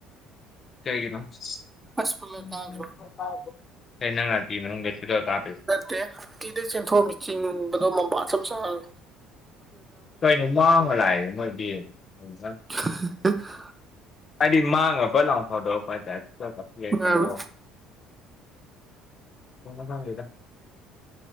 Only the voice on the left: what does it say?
ꯀ ꯀꯅꯣꯉ
ꯇ ꯀꯥ
ꯀꯩꯅꯣ ꯃꯥꯡꯉ ꯂꯥꯛꯑꯦ ꯃꯣꯏ ꯅ
ꯑꯗꯤ ꯃꯥꯥꯡꯕꯜ ꯐꯗꯣꯛ ꯄ ꯀ
ꯁꯗꯣ ꯃꯃ ꯁꯦꯗ